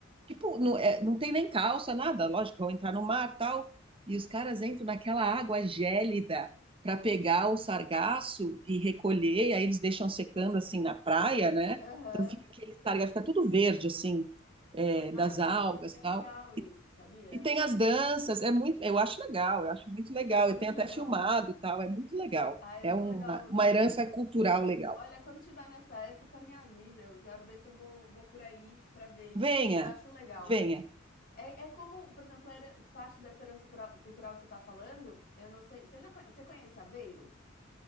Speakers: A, on the right; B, on the left.
A: Tipo, não, é- não tem nem calça, nada. Lógico, vão entrar no mar, tal. E os caras entram naquela água gélida para pegar o sargaço e recolher. E aí eles deixam secando assim na praia, né?
B: aham.
A: Então fica aquele sargaço, fica tudo verde assim, é,
B: Ah,
A: das
B: que
A: algas,
B: é legal
A: tal.
B: isso, sabia?
A: E tem
B: Eu-
A: as danças. É muito, eu acho legal. Eu acho muito legal.
B: É muito
A: Eu tenho
B: legal.
A: até filmado, tal. É muito legal.
B: Ah, é
A: É
B: muito
A: uma,
B: legal.
A: uma herança
B: Se-
A: cultural legal.
B: Olha, quando tiver nessa época, me avisa. Eu quero ver se eu vou, vou por aí para ver isso,
A: Venha,
B: porque eu acho legal.
A: venha.
B: É, é como, por exemplo, a heran- parte dessa herança cura- cultural que você está falando, eu não sei. Você já conhe- você conhece Aveiro?